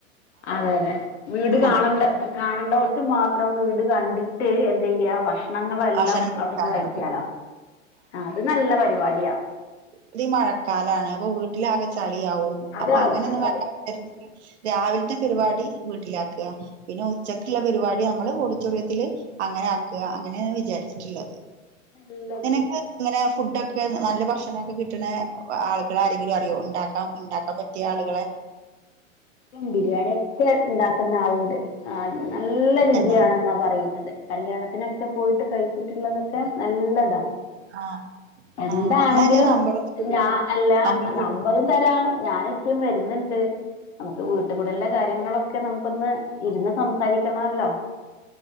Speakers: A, on the left; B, on the right.
A: അതെ അതെ വീട് കാണണ്ട
B: കൊടുക്ക
A: കാണണ്ടവർക്ക് മാത്രം മാത്രം വീട് കണ്ടിട്ട് എന്ത് ചെയ്യാം ഭക്ഷണങ്ങളെല്ലാം
B: ആശനം കൊടുക്ക
A: അവിടുന്ന്
B: അങ്ങനെ
A: കഴിക്കാലോ
B: പോവാ
A: അത് നല്ല പരിപാടിയാ
B: ഇത് ഈ മഴക്കാലമാണ് അപ്പൊ വീട്ടിലാകെ ചെളിയാവും
A: അതാവും
B: അപ്പൊ അങ്ങനെ ഒന്നും
A: അതാവും
B: വേണ്ട വിചാരിച്ചിട്ട് രാവിലത്തെ പരിപാടി വീട്ടിലാക്കുക പിന്നെ ഉച്ചക്കുള്ള പരിപാടി നമ്മള് ഓഡിറ്റോറിയത്തിൽ അങ്ങനെ ആക്കുക അങ്ങനെ വിചാരിച്ചി ട്ടുള്ളത്
A: നല്ലത്
B: നിനക്ക് ഇങ്ങനെ ഫുഡൊക്കെ നല്ല ഭക്ഷണമൊക്കെ കിട്ടണ ആളുകൾ ആരെങ്കിലും അറിയോ ഉണ്ടാക്കാൻ ഉണ്ടാക്കാൻ പറ്റിയ ആളുകളെ
A: ബിരിയാണി ഒക്കെ ഉണ്ടാക്കുന്ന ആളുണ്ട് ആഹ് നല്ല രുചിയണെന്നാ
B: തന്നെ
A: പറയുന്നത് കല്യാണത്തിനൊക്കെ പോയിട്ട് കഴിച്ചിട്ടുള്ളതൊക്കെ നല്ലതാ
B: ആഹ്
A: എന്താണെങ്കിലും
B: ആഹ് എന്നാ ഇജ്ജാ നമ്പറൊന്ന് വിടേണ്ടി.
A: ഞാ അല്ല
B: നമ്പർ വിടേണ്ടി.
A: നമ്പറും തരാ ഞാനും ഇച്ചും വരുന്നുണ്ട് നമുക്ക് വീട്ടിൽ കൂടലിൻ്റെ കാര്യങ്ങളൊക്കെ നമുക്കൊന്ന് ഇരുന്ന് സംസാരിക്കണല്ലോ